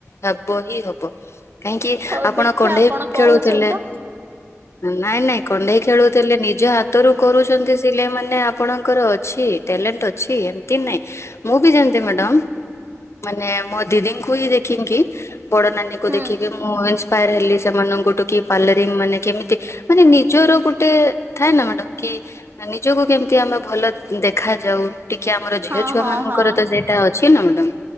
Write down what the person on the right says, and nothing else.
ହଉ
ଦେଖିଆ
ଆପଣ କହୁଛନ୍ତି
ତ
ହୁଁ
ହଁ
ହଁ
ହଁ